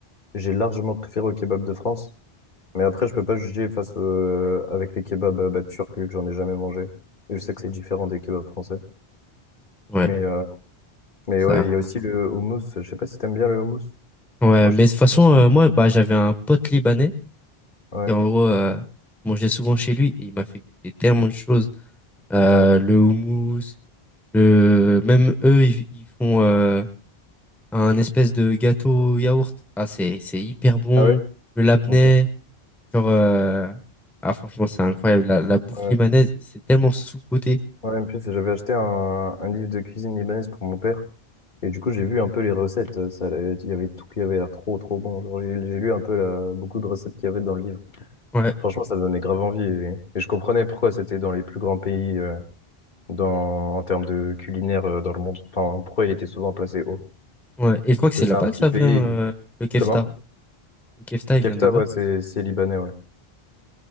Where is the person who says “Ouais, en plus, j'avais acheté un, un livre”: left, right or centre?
Left